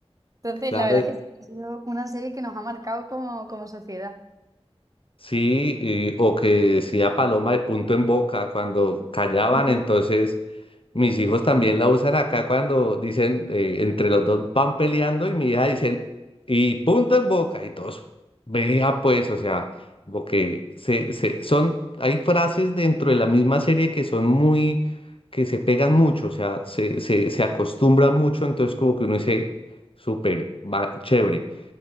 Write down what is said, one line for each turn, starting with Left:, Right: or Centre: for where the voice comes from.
Right: Entonces,
Left: Claro,
Right: la verdad es que sí, ha sido una serie que nos ha marcado como, como sociedad.
Left: Sí, y- o que decía paloma de punto en boca cuando callaban,
Right: Entonces,
Left: entonces mis hijos también la usan acá cuando dicen, eh, entre los dos van peleando y mi hija dicen, y punto en boca, y todos, vea pues, o sea, como que se, se, son, hay frases dentro de la misma serie que son muy, que se pegan mucho, o sea, se, se, se acostumbra mucho, entonces como que uno dice, súper, va, chévere.